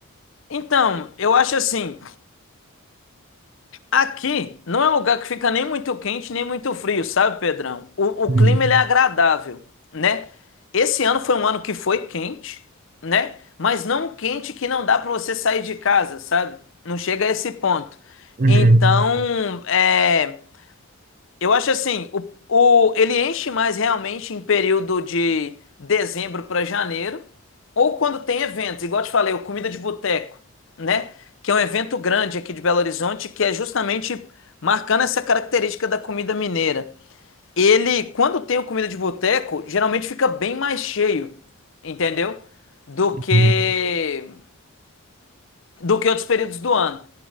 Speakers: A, on the left (about 60°); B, on the right (about 40°).
A: Então, eu acho assim, Aqui não é um lugar que fica nem muito quente nem muito frio, sabe, Pedrão? O, o
B: Uhum.
A: clima ele é agradável, né? Esse ano foi um ano que foi quente, né? Mas não um quente que não dá para você sair de casa, sabe? Não chega a esse ponto.
B: Uhum.
A: Então, é. Eu acho assim, o, o- ele enche mais realmente em período de dezembro para janeiro, ou quando tem eventos, igual eu te falei, o Comida de Boteco, né? Que é um evento grande aqui de Belo Horizonte, que é justamente marcando essa característica da comida mineira. Ele, quando tem o Comida de Boteco, geralmente fica bem mais cheio, entendeu? Do que,
B: Uhum.
A: do que outros períodos do ano.